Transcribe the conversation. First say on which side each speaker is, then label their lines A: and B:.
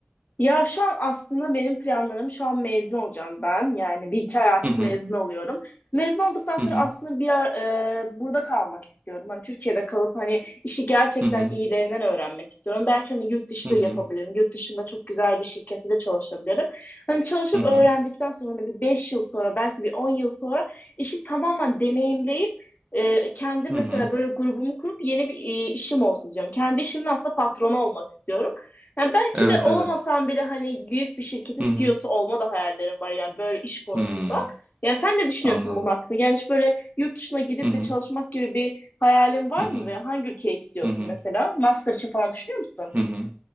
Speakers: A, on the left (about 45°); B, on the right (about 35°).
A: Ya şu an aslında benim planlarım şu an mezun olacağım ben. Yani bir iki ay artık
B: Hı hı.
A: mezun oluyorum. Mezun olduktan sonra
B: Hı hı.
A: aslında bir yer, e, burada kalmak istiyorum. Hani Türkiye'de kalıp hani işi gerçekten
B: Hı hı.
A: iyilerinden öğrenmek istiyorum. Belki hani yurt dışı
B: Hı
A: da
B: hı.
A: yapabilirim. Yurt dışında çok güzel bir şirkette de çalışabilirim. Hani çalışıp
B: Hı hı.
A: öğrendikten sonra hani bir beş yıl sonra belki bir on yıl sonra işi tamamen deneyimleyip e, kendi
B: Hı
A: mesela
B: hı.
A: böyle grubumu kurup yeni bir e, işim olsun diyorum. Kendi işimin aslında patronu olmak istiyorum. Yani belki
B: Evet
A: de olamasam
B: evet.
A: bile hani büyük bir şirketin
B: Hı hı.
A: CEO'su olma da hayallerim var yani böyle iş konusunda.
B: Hmm.
A: Yani sen ne düşünüyorsun
B: Anladım.
A: bunun hakkında? Yani hiç böyle yurt dışına gidip
B: Hı hı.
A: de çalışmak gibi bir hayalin var
B: Hı
A: mı
B: hı.
A: ve hangi ülke istiyorsun
B: Hı hı.
A: mesela? Master için falan düşünüyor musun?
B: Hı hı.